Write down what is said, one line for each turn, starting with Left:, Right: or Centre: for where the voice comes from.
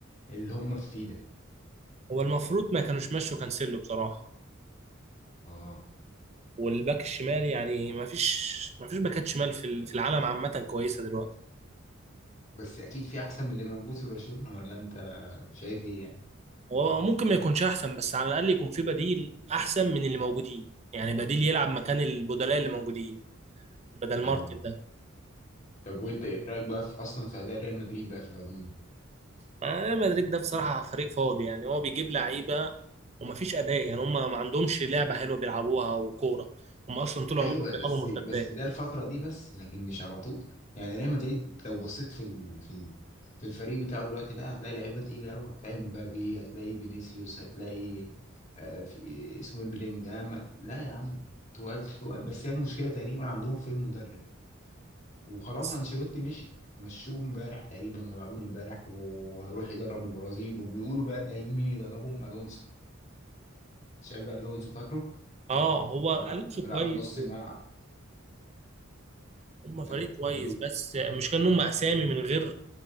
Left: اللي هم فيه ده
Right: هو المفروض ما كانوش مشوا كانسيلو بصراحة
Left: اه
Right: والباك الشمال يعني ما فيش ما فيش باكات شمال في ال- في العالم عامة كويسة دلوقتي
Left: بس اكيد في احسن من اللي موجود في برشلونة ولا انت شايف ايه يعني
Right: هو ممكن ما يكونش احسن بس على الاقل يكون في بديل احسن من اللي موجودين يعني بديل يلعب مكان البدلاء اللي موجودين بدل مارتن
Left: اه
Right: ده
Left: طب وانت ايه رايك بقى في اصلا في اداء ريال مدريد بقى في العموم
Right: ما ريال مدريد ده بصراحة فريق فاضي يعني هو بيجيب لعيبة وما فيش اداء يعني هم ما عندهمش لعبة حلوة بيلعبوها وكورة هم اصلا طول عمرهم
Left: ايوه ب-
Right: بيلعبوا
Left: بس بس
Right: مرتدات
Left: ده الفتره دي بس لكن مش على طول يعني ريال مدريد لو بصيت في ال... في ال... في الفريق بتاعه دلوقتي لا هتلاقي لعيبه تقيله قوي هتلاقي مبابي هتلاقي فينيسيوس هتلاقي آه في اسمه إيه، بلينجهام لا يا عم تقال تقال بس هي المشكله تقريبا عندهم في المدرب وخلاص
Right: بس
Left: انشيلوتي مشي مشوه امبارح تقريبا ولا اول امبارح وهيروح يدرب البرازيل وبيقولوا بقى ده هيجي مين يدربهم الونسو شابي الونسو فاكره
Right: اه هو
Left: كان بيلعب
Right: الونسو
Left: كان بيلعب
Right: كويس
Left: نص الملعب
Right: هم فريق
Left: ده
Right: كويس
Left: ده
Right: بس مش كأنهم اسامي من غير